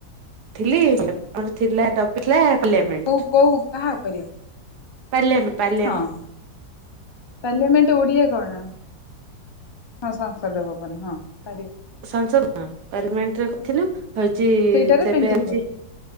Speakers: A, on the right; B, on the left.
A: ଥିଲି କଣ ଥିଲା ଟପିକି ଥିଲା <unintelligible>
B: କୋଉ କୋଉ କାହା ଉପରେ
A: ପାଲ୍ୟମ ପାଲ୍ୟ
B: ହଁ ପାଲିଆମେଣ୍ଟ ଓଡ଼ିଆ କଣ? ହଁ ସଂପଦ ଭବନ। ହଁ ପାରିବ
A: ସାଂସଦ ହଁ ପାର୍ଲାମେଣ୍ଟରେଥିଲୁ
B: ହୁଁ
A: ହଉଛି
B: ସେଇଟାରେ
A: ତେବେ
B: ପେଣ୍ଟିଂ
A: ଆଜି
B: କରିଥିଲି।